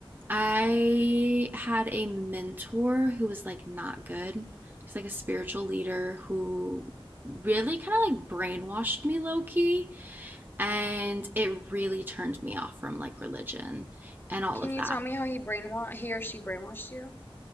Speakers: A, on the right; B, on the left.
A: I had a mentor who was like not good. He's like a spiritual leader who really kind of like brainwashed me low key and it really turned me off from like religion and all
B: Can
A: of
B: you
A: that.
B: tell me how he brainwa he or she brainwashed you?